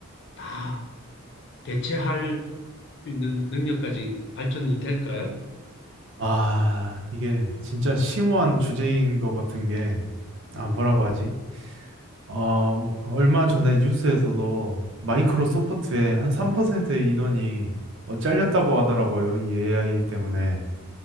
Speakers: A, on the left; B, on the right.
A: 다 대체할 수 있는 능력까지 발전이 될까요?
B: 아, 이게 진짜 심오한 주제인 것 같은 게,
A: 음,
B: 아, 뭐라고 하지? 어, 뭐, 얼마 전에 뉴스에서도 마이크로소프트의
A: 네.
B: 한 3%의 인원이 어, 잘렸다고 하더라고요. 이 AI 때문에.